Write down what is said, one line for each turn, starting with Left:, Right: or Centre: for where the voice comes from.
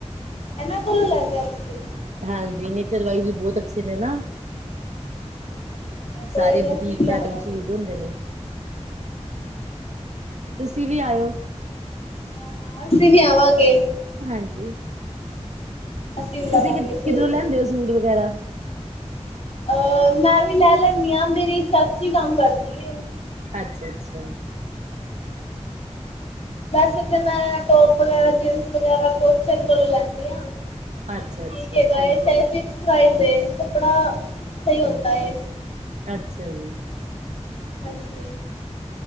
Left: ਇਹਨਾਂ ਕੋਲੋਂ ਲੈਂਦੇ ਹੋ ਤੁਸੀਂ
Right: ਹਾਂਜੀ ਨੇਚਰ ਵਾਈਜ਼ ਵੀ ਬਹੁਤ ਅੱਛੇ ਨੇ ਨਾ,
Left: ਅੱਛਾ
Right: ਸਾਰੇ
Left: ਕੋਈ ਨੀ
Right: ਬੁਟੀਕ
Left: ਅਸੀਂ ਵੀ
Right: ਪੈਟਰਨ
Left: ਆਵਾਂਗੇ।
Right: ਸੂਟ ਹੁੰਦੇ ਨੇ, ਤੁਸੀਂ ਵੀ ਆਓ,
Left: ਹਾਂ-ਹਾਂ ਅਸੀਂ ਵੀ ਆਵਾਂਗੇ,
Right: ਹਾਂਜੀ।
Left: ਅਸੀਂ ਵੀ
Right: ਤੁਸੀਂ
Left: ਲਵਾਂਗੇ
Right: ਕਿ
Left: ਸੂਟ।
Right: ਕਿਧਰੋਂ ਲਿਆਂਦੇ ਹੋ ਸੂਟ ਵਗੈਰਾ,
Left: ਅ ਮੈਂ ਵੀ ਲੈ ਲੈਂਨੀ ਹਾਂ ਮੇਰੀ ਚਾਚੀ ਕੰਮ ਕਰਦੀ ਏ।
Right: ਅੱਛਾ-ਅੱਛਾ। ਹਮ
Left: ਵੈਸੇ ਤਾਂ ਮੈਂ ਟੋਪ ਵਗੈਰਾ ਜੀਨਸ ਵਗੈਰਾ ਕੋਚਰ ਕੋਲੋਂ ਲੈਂਨੀ ਆ।
Right: ਅੱਛਾ
Left: ਠੀਕ
Right: ਅੱਛਾ
Left: ਹੈਗਾ ਏ
Right: ਹੈ
Left: ਚਾਹੇ
Right: ਜੀ
Left: ਫਿਕਸ ਪ੍ਰਾਈਜ਼ ਏ ਕੱਪੜਾ ਸਹੀ ਹੁੰਦਾ ਏ,
Right: ਅੱਛਾ ਜੀ।
Left: ਹਾਂਜੀ,